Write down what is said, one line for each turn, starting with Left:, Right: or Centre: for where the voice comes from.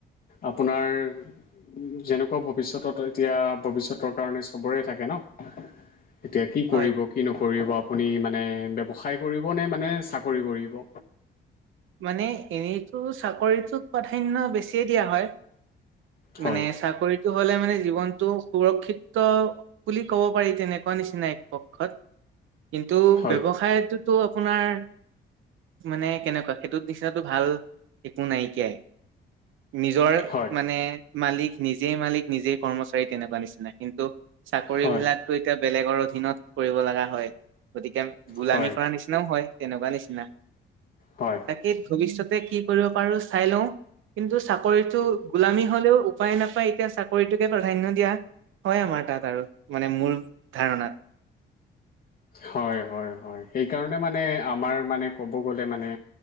Left: আপোনাৰ উম যেনেকুৱা ভৱিষ্যতত এতিয়া ভৱিষ্যতৰ কাৰণে চবৰে থাকে ন এতিয়া কি কৰিব
Right: হয়
Left: কি নকৰিব আপুনি মানে ব্যৱসায় কৰিব নে মানে চাকৰি কৰিব
Right: মানে এনেতো চাকৰিতোক প্ৰাধান্য বেছ বেছিয়ে দিয়া হয়
Left: হয়
Right: মানে চাকৰিত টো হ'লে মানে জীৱনটো সুৰক্ষিত বুলি ক'ব পাৰি তেনেকুৱা নিচিনাই পক্ষত কিন্তু
Left: হয়
Right: ব্যৱসায় টো আপোনাৰ মানে কেনেকুৱা সেইটোত নিচিনাটো ভাল একো নাইকিয়াই নিজৰ
Left: হয়
Right: মানে মালিক নিজেই মালিক নিজেই কৰ্মচাৰী তেনেকুৱা নিচিনা কিন্তু চাকৰি
Left: হয়
Right: বিলাক টো এতিয়া বেলেগৰ অধিনত কৰিব লগা হয় গতিকে গোলামি
Left: হয়
Right: কৰা নিচ নিচিনাও হয় তেনেকুৱা নিচিনা
Left: হয়
Right: তাকে ভৱিষ্যতে কি কৰিব পাৰো চাই লওঁ কিন্তু চাকৰিটো গোলামী হলেও উপায় নাপায় এতিয়া চাকৰিটোকে প্ৰাধান্য দিয়া হয় আমাৰ তাত আৰু মানে মূৰ ধাৰণাত
Left: হয় হয় হয় সেইকাৰণে মানে আমাৰ মানে ক'ব গ'লে মানে